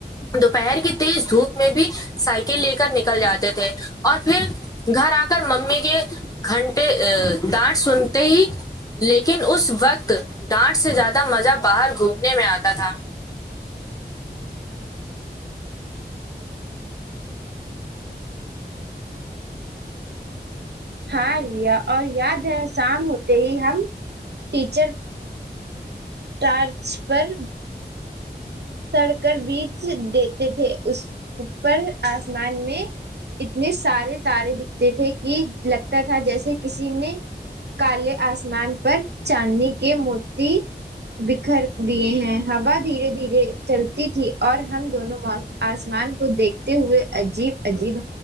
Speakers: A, on the left (about 20°); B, on the right (about 70°).
A: دوپہر کی تیز دھوپ میں بھی سائیکل لے کر نکل جاتے تھے اور پھر گھر آ کر ممی کے گھنٹے ڈانٹ سن تے ہی لیکن اس وقت ڈانٹ سے زیادہ مزہ باہر گھومنے میں آتا تھا
B: ہاں ریا اور یاد ہے شام ہوتے ہی ہم ٹیچر ٹارچ پر سڑ کر بیچ دیتے تھے اس اوپر آسمان میں اتنے سارے تارے دکھتے تھے کہ لگتا تھا جیسے کسی نے کالے آسمان پر چاندنی کے موتی بکھر دیے ہیں ہوا دھیرے دھیرے چلتی تھی اور ہم دونوں آسمان کو دیکھتے ہوئے عجیب عجیب